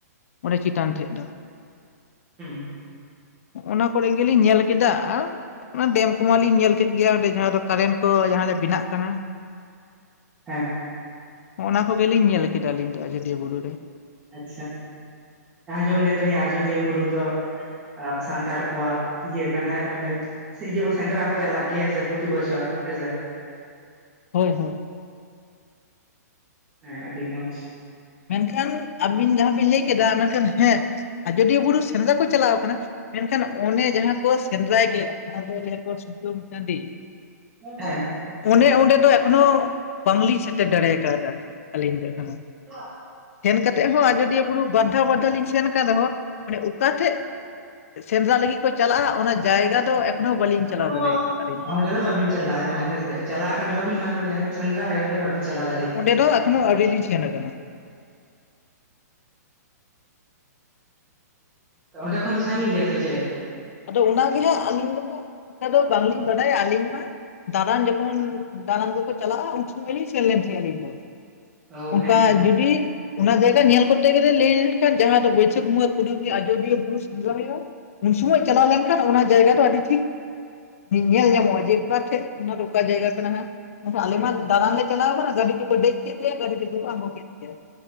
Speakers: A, on the left; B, on the right.
A: ᱚᱸᱰᱮ ᱪᱮᱛᱟᱱ ᱴᱷᱮᱡ ᱫᱚ
B: ᱦᱩᱸ
A: ᱚᱱᱟ ᱠᱚᱨᱮ ᱜᱮᱞᱤᱧ ᱧᱮᱞ ᱠᱮᱫᱟ ᱟᱨ ᱚᱱᱟ ᱰᱮᱢ ᱠᱚᱢᱟᱞᱤᱧ ᱧᱮᱞ ᱠᱮᱫ ᱜᱮ ᱚᱸᱰᱮ ᱡᱟᱦᱟᱸ ᱫᱚ ᱠᱟᱨᱮᱱᱴ ᱠᱚ ᱡᱟᱦᱟᱸᱨᱮ ᱵᱮᱱᱟᱜ ᱠᱟᱱᱟ
B: ᱦᱮᱸ
A: ᱚᱱᱟ ᱠᱚᱜᱮᱞᱤᱧ ᱧᱮᱞ ᱠᱮᱫᱟ ᱟᱹᱞᱤᱧ ᱫᱚ ᱟᱡᱚᱫᱤᱭᱟᱹ ᱵᱩᱨᱩ ᱨᱮ
B: ᱟᱪᱪᱷᱟ ᱟᱸᱡᱚᱢ ᱞᱮᱫᱟᱞᱤᱧ ᱟᱡᱚᱫᱤᱭᱟᱹ ᱵᱩᱨᱩ ᱫᱚ ᱚ ᱥᱟᱱᱛᱟᱲ ᱠᱚᱣᱟᱜ ᱤᱭᱟᱹ ᱠᱟᱱᱟ ᱚᱸᱰᱮ ᱤᱭᱟᱹ ᱠᱚ ᱥᱮᱸᱫᱽᱨᱟ ᱠᱚ ᱪᱟᱞᱟᱜ ᱜᱮᱭᱟ ᱦᱮᱸ ᱥᱮ ᱯᱨᱚᱛᱤ ᱵᱚᱪᱷᱚᱨ ᱦᱮᱸ ᱥᱮ
A: ᱦᱳᱭ ᱦᱳᱭ
B: ᱦᱮᱸ ᱟᱹᱰᱤ ᱢᱚᱸᱪ
A: ᱢᱮᱱᱠᱷᱟᱱ ᱟᱹᱵᱤᱱ ᱡᱟᱦᱟᱸ ᱵᱤᱱ ᱞᱟᱹᱭ ᱠᱮᱫᱟ ᱢᱮᱱᱠᱷᱟᱱ ᱦᱮᱸ ᱟᱡᱚᱫᱤᱭᱟᱹ ᱵᱩᱨᱩ ᱥᱮᱸᱫᱽᱨᱟ ᱠᱚ ᱪᱟᱞᱟᱣ ᱠᱟᱱᱟ, ᱢᱮᱱᱠᱷᱟᱱ ᱚᱱᱮ ᱡᱟᱦᱟᱸ ᱠᱚ ᱥᱮᱸᱫᱽᱨᱟᱭ ᱜᱮ ᱚᱱᱟ ᱫᱚ ᱞᱮᱭᱟᱠᱚ ᱥᱩᱛᱟᱢ ᱴᱟᱺᱰᱤ,
B: ᱦᱮᱸ
A: ᱚᱱᱮ ᱚᱸᱰᱮ ᱫᱚ ᱮᱠᱷᱚᱱᱚ ᱵᱟᱝᱞᱤᱧ ᱥᱮᱴᱮᱨ ᱫᱟᱲᱮ ᱟᱠᱟᱣᱫᱟ ᱟᱹᱞᱤᱧ ᱫᱚ ᱮᱠᱷᱚᱱᱚ᱾
B: ᱚ
A: ᱥᱮᱱ ᱠᱟᱛᱮᱫ ᱦᱚᱸ ᱟᱡᱚᱫᱤᱭᱟᱹ ᱵᱩᱨᱩ ᱵᱟᱨᱫᱷᱟᱣ ᱵᱟᱨᱫᱷᱟᱣ ᱞᱤᱧ ᱥᱮᱱ ᱠᱟᱱ ᱨᱮᱦᱚᱸ ᱢᱟᱱᱮ ᱚᱠᱟ ᱴᱷᱮᱡ ᱥᱮᱸᱫᱽᱨᱟ ᱞᱟᱹᱜᱤᱫ ᱠᱚ ᱪᱟᱞᱟᱜᱼᱟ ᱚᱱᱟ ᱡᱟᱭᱜᱟ ᱫᱚ ᱮᱠᱷᱚᱱᱳ ᱵᱟᱹᱞᱤᱧ
B: ᱮᱠᱷᱚᱱᱳ,
A: ᱪᱟᱞᱟᱣ ᱫᱟᱲᱮ ᱠᱟᱫᱟ ᱟᱹᱞᱤᱧ
B: ᱚᱸᱰᱮ ᱫᱚ ᱵᱟᱹᱵᱤᱱ ᱪᱟᱞᱟᱣ ᱠᱟᱱᱟ ᱦᱮᱸ ᱥᱮ ᱪᱟᱞᱟᱣ ᱠᱟᱱ ᱨᱮᱦᱚᱸ ᱵᱤᱱ ᱢᱟᱱᱮ ᱡᱟᱦᱟᱸ ᱴᱷᱮᱱ ᱥᱮᱫᱽᱨᱟ ᱦᱳᱭᱩᱜᱼᱟ ᱚᱸᱰᱮ ᱵᱟᱵᱤᱱ ᱪᱟᱞᱟ ᱫᱟᱲᱮ
A: ᱚᱸᱰᱮ ᱫᱚ ᱮᱠᱷᱚᱱᱚ ᱟᱹᱣᱨᱤ ᱞᱤᱧ ᱥᱮᱱ ᱠᱟᱱᱟ᱾
B: ᱚᱸᱰᱮ ᱠᱷᱚᱱ ᱫᱚ ᱥᱟᱺᱜᱤᱧ ᱜᱮᱭᱟ ᱥᱮ ᱪᱮᱜ?
A: ᱟᱫᱚ ᱚᱱᱟᱜᱮᱦᱟᱸᱜ ᱟᱹᱞᱤᱧ ᱫᱚᱦᱟᱸᱜ ᱚᱱᱟ ᱫᱚ ᱵᱟᱝᱞᱤᱧ ᱵᱟᱰᱟᱭᱟ, ᱟᱹᱞᱤᱧ ᱢᱟ ᱫᱟᱬᱟᱱ ᱡᱚᱠᱷᱚᱱ ᱫᱟᱬᱟᱱ ᱠᱚᱠᱚ ᱪᱟᱞᱟᱜᱼᱟ ᱩᱱ ᱥᱚᱢᱚᱭ ᱞᱤᱧ ᱥᱮᱱ ᱞᱮᱱ ᱛᱟᱦᱮᱸ ᱟᱹᱞᱤᱧ ᱫᱚ᱾
B: ᱚ ᱦᱮᱸ
A: ᱚᱝᱠᱟ
B: ᱛᱚ
A: ᱡᱩᱫᱤ ᱚᱱᱟ ᱡᱟᱭᱜᱟ ᱧᱮᱞ ᱠᱚᱨᱛᱮ ᱜᱮᱞᱮ ᱞᱟᱹᱭ ᱞᱮᱱᱠᱷᱟᱱ ᱡᱟᱦᱟᱸ ᱫᱚ ᱵᱟᱹᱭᱥᱟᱹᱠᱷ ᱵᱚᱸᱜᱟ ᱠᱩᱱᱟᱹᱢᱤ ᱟᱡᱚᱫᱤᱭᱟᱹ ᱵᱩᱨᱩ ᱥᱮᱸᱫᱽᱨᱟ ᱦᱩᱭᱩᱜᱼᱟ, ᱩᱱ ᱥᱚᱢᱚᱭ ᱪᱟᱞᱟᱣ ᱞᱮᱱᱠᱷᱟᱱ ᱚᱱᱟ ᱡᱟᱭᱜᱟ ᱫᱚ ᱟᱹᱰᱤ ᱴᱷᱤᱠ ᱧᱮᱞ ᱧᱟᱢᱚᱜᱼᱟ ᱡᱮ ᱚᱠᱟ ᱴᱷᱮᱡ ᱚᱱᱟ ᱫᱚ ᱚᱠᱟ ᱡᱟᱭᱜᱟ ᱠᱟᱱᱟ ᱮᱱᱦᱚᱸ ᱟᱞᱮ ᱢᱟ ᱫᱟᱬᱟᱱ ᱞᱮ ᱪᱟᱞᱟᱣ ᱠᱟᱱᱟ ᱜᱟᱹᱰᱤ ᱛᱮᱠᱚ ᱫᱮᱡ ᱠᱮᱫ ᱞᱮᱭᱟ ᱜᱟᱹᱰᱤ ᱛᱮᱠᱚ ᱟᱬᱜᱚ ᱠᱮᱫ ᱞᱮᱭᱟ᱾